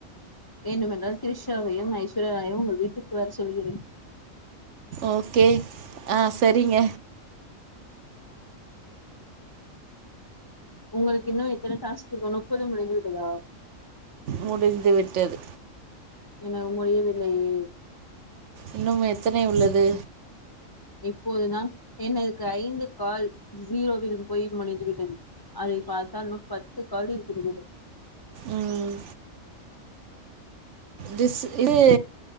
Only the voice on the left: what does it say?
வேண்டுமென்றால் த்ரிஷாவையும் ஐஸ்வர்யாராயயும் உங்கள் வீட்டுக்கு வர சொல்கிறேன்
உங்களுக்கு இன்னு எத்தன டாஸ்க்கு இருக்கு முப்பது முடிஞ்சு விட்டதா
என்னால் முடியவில்லயே
இப்போதுதான் எனக்கு ஐந்து கால் ஜீரோவில் போய் முடிந்துவிட்டது அதை பாத்தா இன்னு பத்து கால் இருக்குது மீதம்